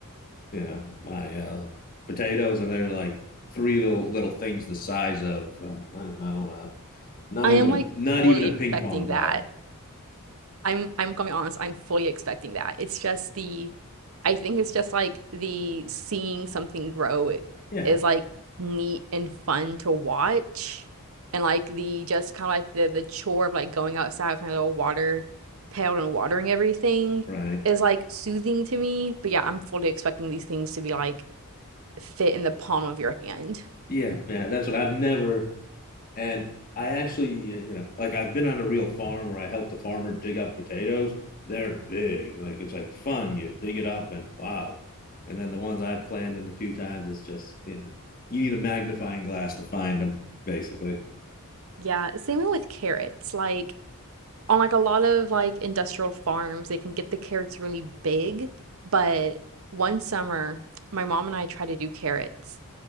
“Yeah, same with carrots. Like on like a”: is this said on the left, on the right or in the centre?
Right